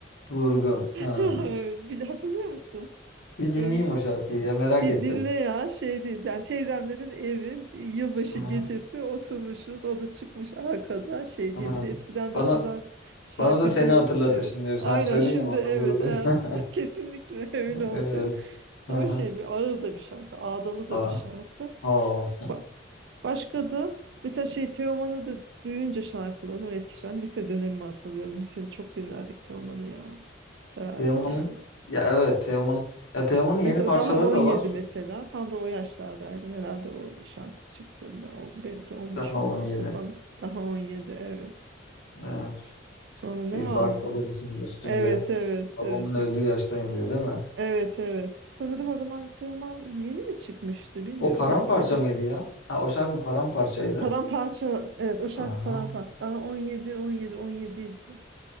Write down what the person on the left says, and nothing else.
Vurgun.
Ha.
Bir dinleyeyim
o şarkıyı ya merak
ettim.
Hı hı.
Hı.
Bana
bana da seni
hatırlatır
şimdi.
Sen söyleyin
ya bana
vurgun.
<laughs>
Evet. Aha.
Aa,
ha.
Teoman'ın
ya evet Teoman ya Teoman'ın yeni
parçaları
da var.
Daha 17.
Evet.
Bir
bar sabır için üstünde.
Babamın
öldüğü
yaştayım diyor değil mi?
O paramparça
mıydı ya? Ha o şarkı paramparçaydı.
Aha.